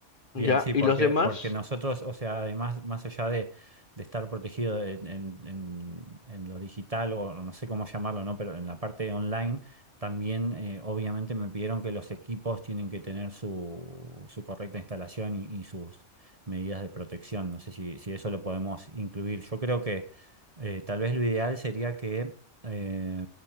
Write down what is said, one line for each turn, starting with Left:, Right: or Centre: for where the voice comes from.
Right: Bien,
Left: ¿ya?
Right: sí,
Left: Y
Right: porque,
Left: los demás,
Right: porque nosotros, o sea, además, más allá de, de estar protegido en, en- en- en lo digital o no sé cómo llamarlo, ¿no? Pero en la parte online, también eh, obviamente me pidieron que los equipos tienen que tener su, su correcta instalación y, y sus medidas de protección. No sé si, si eso lo podemos incluir. Yo creo que eh, tal vez lo ideal sería que, eh,